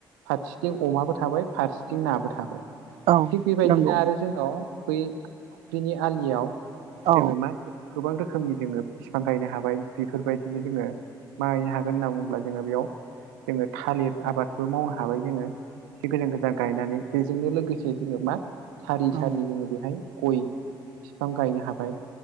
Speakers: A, on the right; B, on the right.
A: फारसेथिं अमाबो थाबाय फारसेथिं नाबो थाबाय।
B: औ
A: थिग बेबायदिनो
B: नंगौ
A: आरो जोंनाव बै फुख्रिनि आलियाव
B: औ
A: जोङो मा गोबां रोखोमनि जोङो बिफां गायनो हाबाय बेफोरबायदिनो जोङो मा गायनो हागोन होनना बुङोब्ला जोङो बेयाव जोङो थालिर आबादबो मावनो हाबाय जोङो एसे गोजान गोजान गायनानै बेजोंनो लोगोसे जोङो मा सारि
B: औ
A: सारि जोङो बेहाय गय बिफां गायनो हाबाय।